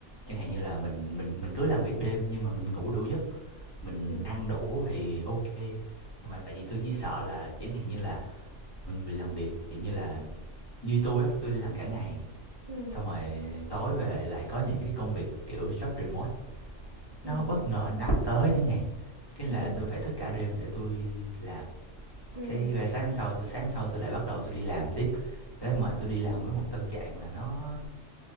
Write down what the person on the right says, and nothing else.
ừ
ừ
ừ
ừ
ừ